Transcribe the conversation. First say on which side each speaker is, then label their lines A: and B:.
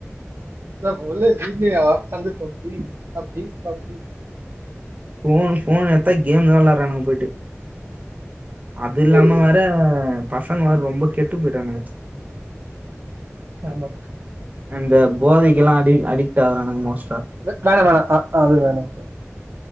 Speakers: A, on the right; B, on the right.
A: எல்லாரு உள்ள வீட்லே உக்காந்து PUBG PUBG PUBG
B: phone phone எத்தா கேமு தா விளாட்றானுங்க போய்ட்டு அதில்லாம
A: சரி
B: வேற பசங்க வேற ரொம்ப கெட்டு போய்ட்டானுங்க
A: ஆமா
B: அந்த போதைக்கெல்லா அடி அடிக்ட் ஆவுறானுங்க மோஸ்ட்டா
A: அ வேணா வேணா ஆ அது வேணா ப்ரோ